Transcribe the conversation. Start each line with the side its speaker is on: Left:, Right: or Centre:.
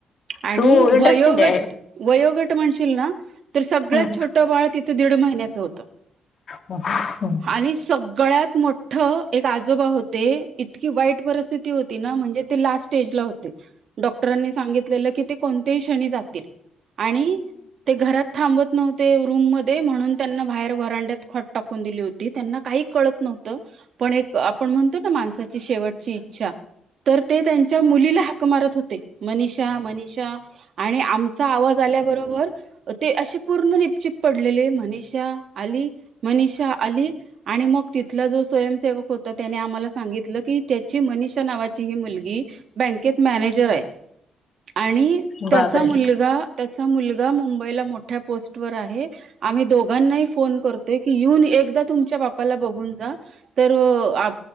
Right: आणि
Left: हो. इंटरेस्टिंग
Right: वयोगट
Left: आहे.
Right: वयोगट म्हणशील ना? तर सगळ्यात
Left: हे.
Right: छोटं बाळ तिथे दीड महिन्याचं होतं.
Left: हो
Right: आणि सगळ्यात म- - ठ्ठ एक आजोबा होते इतकी वाईट परिस्थिती होती ना म्हणजे ते लास्ट स्टेज ला होते. डॉक्टरांनी सांगितलेलं की ते कोणत्याही क्षणी जातील आणि- ते घरात थांबत नव्हते रूम मध्ये, म्हणून त्यांना बाहेर व्हरांड्यात खाट टाक- - कून दिली होती. त्यांना काही कळत नव्हतं. पण एक, आपण म्हणतो ना माणसाची शेवटची इच्छा तर ते त्यांच्या मुलीला- हाक मारत होते मनीषा, मनीषा. आणि आमचा आवाज आल्याबरोबर- ती अशी पूर्ण निपचिप पडलेली मनीषा आली म्ह मनीषा आली आणि मग तिथला जो स्वयंसेवक होता त्याने आम्हाला सांगितलं की त्याची मनीषा नावाची ही मुलगी बँकेत मॅनेजर आहे. आणि
Left: बापरे
Right: त्याचा मुलगा त्याचा मुलगा मुंबईला मोठ्या पोस्टवर आहे. आम्ही दोघांनाही फोन करतोय की येऊन एकदा तुमच्या बापाला बघून जा तर आ